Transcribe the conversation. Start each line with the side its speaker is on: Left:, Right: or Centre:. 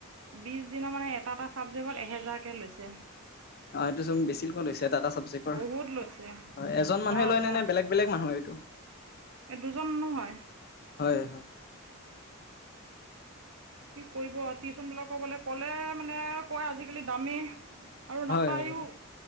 Right: বিচ দিনৰ মানে এটা এটা ছাবজেক্টত এহেজাৰকে লৈছে
Left: অ', এইটো চোন বেছি কৈ লৈছে এটা এটা চাবজেকৰ।
Right: বহুত লৈছে
Left: হয়, এজন মানুহে
Right: হয়
Left: লয়
Right: হয়
Left: নে নে বেলেগ বেলেগ মানুহে এইটো?
Right: এই দুজন মানুহ হয়
Left: হয়,
Right: কি কৰিব টিউশ্যন বিলাকৰ বোলে কলে মানে কয় আজিকালি দামে আৰু
Left: হয়
Right: নাপায়ো
Left: হয়